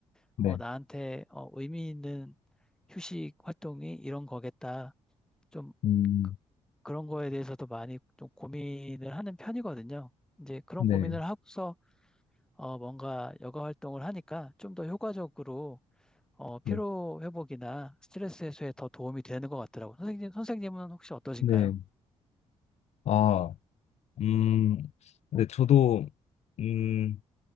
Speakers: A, in the centre; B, on the left.
A: 어,
B: 네,
A: 나한테 어, 의미 있는 휴식 활동이 이런 거겠다. 좀
B: 음,
A: 그- 그런 거에 대해서도 많이 좀 고민을 하는 편이거든요. 이제 그런
B: 네,
A: 고민을 하고서 어, 뭔가 여가 활동을 하니까 좀 더 효과적으로 어, 피로
B: 네,
A: 회복이나 스트레스 해소에 더 도움이 되는 것 같더라고요. 선생님, 선생님은 혹시 어떠신가요?
B: 네, 아, 음, 네, 저도, 음,